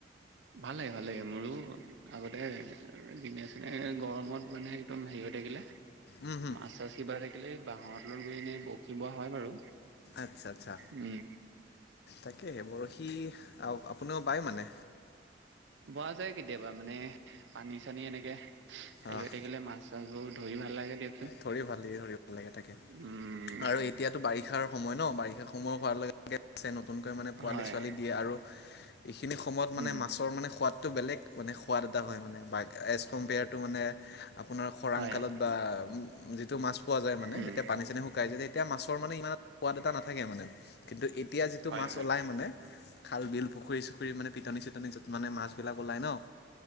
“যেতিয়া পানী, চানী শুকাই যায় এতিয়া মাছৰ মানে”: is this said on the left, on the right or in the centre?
Left